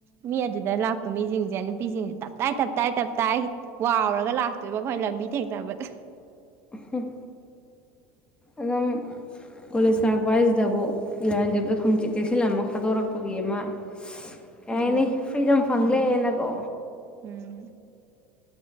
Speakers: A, on the right (about 45°); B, on the left (about 15°).
A: ꯃꯤ ꯑꯗꯨꯗ ꯂꯥꯛꯄ ꯃꯤꯖꯤꯡꯖꯦ ꯅꯨꯄꯤꯖꯤꯡꯖꯦ ꯇꯞ ꯇꯥꯏ ꯇꯞ ꯇꯥꯏ ꯇꯞ ꯇꯥꯏ ꯋꯥꯎꯔꯒ ꯂꯥꯛꯇꯣꯏꯕ ꯑꯈꯣꯏ ꯂꯝꯕꯤ ꯊꯦꯡꯅꯕꯗ
B: ꯍꯝ ꯑꯗꯨꯝ ꯀꫭꯂꯦꯁ ꯀꯥꯔꯛꯄ ꯍꯥꯏꯖꯤꯗꯕꯨ ꯂꯩꯔꯝꯗꯤꯗ ꯈꯪꯆꯤꯛ ꯆꯤꯛꯁꯂꯝꯃ ꯊꯥꯗꫭꯔꯛꯄꯒꯤ ꯑꯃ ꯀꯩ
A: ꯑꯗꯨꯅꯦ
B: ꯍꯥꯏꯅꯤ ꯐ꯭ꯔꯤꯗꯝ ꯐꯪꯂꯦꯅꯀꯣ
A: ꯎꯝ ꯎꯝ